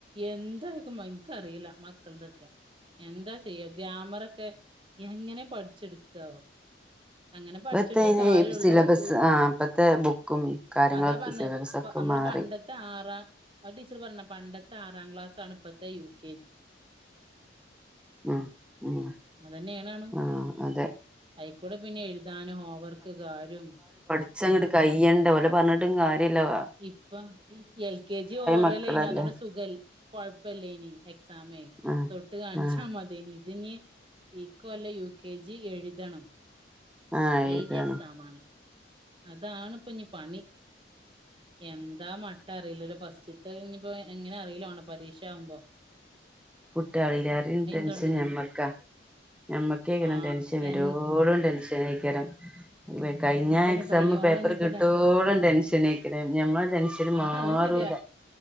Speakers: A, on the right; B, in the centre.
A: എന്തായ്ക്കും മന് എനക്ക് അറിയില്ല മക്കൾതൊക്കെ എന്താ ചെയ്യാ ഗ്രാമറൊക്കെ എങ്ങനെ പഠിച്ചെടുക്കാവോ അങ്ങനെ
B: ഇപ്പത്തന്
A: പഠിച്ചിട്ടേ കാര്യള്ളൂ
B: സിലബസ്
A: ഇത്
B: ആഹ് ഇപ്പത്തെ ബുക്കും കാര്യങ്ങളൊക്കെ
A: അതാ പറഞ്ഞെ
B: സിലബസ് അതൊക്കെ
A: നമ്മളെ
B: മാറി
A: <unintelligible> ആറാം ടീച്ചർ പറഞ്ഞ പണ്ടത്തെ ആറാം ക്ലാസ് ആണ് ഇപ്പഴത്തെ യു കെ ജി
B: ആഹ് ഉം
A: അതന്നെ ഏനാണും
B: ആ അതെ
A: ആയിക്കൂടെ പിന്നെ എഴുതാനും ഹോംവർക്ക് കാരും
B: അങ്ങടുക്കയ്യ <unintelligible> ണ്ട പോലെ പറഞ്ഞിട്ടും കാര്യല്ല വാ
A: ഇപ്പൊ ഈ എൽ കെ ജി ഓറ്ലൈനു
B: മക്കളല്ലേ
A: അതുകൊണ്ട് സുഖൽ കോഴപ്പലേനി എക്സാമെ തൊട്
B: ആ
A: തൊട്ട് കാണിച്ചാൽ
B: ആ
A: മതിനി ഇതിനി ഈക്കൊല്ലം യു കെ ജി എഴുതണം
B: ആ
A: ഏഴുതി
B: ഇതാണ്
A: എക്സാം ആണ് അതാണ് ഇപ്പൊ ഇനി പണി എന്താ മ ട്ടറിയിട്ടല്ലോ ഫസ്റ്റിത്തെ ഇന്നിപ്പം എങ്ങനെ അറിയില്ലല്ലോ ഓണ പരീക്ഷ ആകുമ്പോ
B: കുട്ടാളയിലാരും ടെൻഷൻ
A: തൊടങ്ങി
B: ഞമ്മക്കാ ഞ മ്മക്കേക്കേ
A: ആഹ്
B: ടെൻഷൻ
A: എ
B: വോട <unintelligible> ടെൻഷൻ സനീകരം കഴിഞ്ഞാ
A: അതന്നെ
B: എക്സാമ്
A: കയ്യോളം
B: പേപ്പർ
A: ഇഞ്ഞിപ്പടെ
B: കിട്ടോളും ടെൻഷനക്കണെ ഞമ്മള ടെൻഷന്
A: ആഹ്
B: മാറൂല
A: അത് ശരിയാ